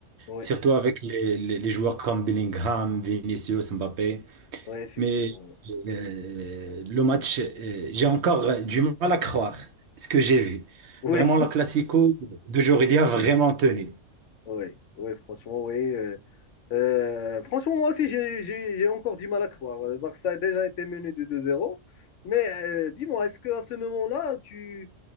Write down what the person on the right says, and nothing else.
Surtout avec les, les- les joueurs comme Bellingham, Vinicius, Mbappé.
Mais
euh, le match, euh, j'ai encore du mal à croire ce que j'ai vu.
Vraiment, le Classico d'aujourd'hui a vraiment tenu.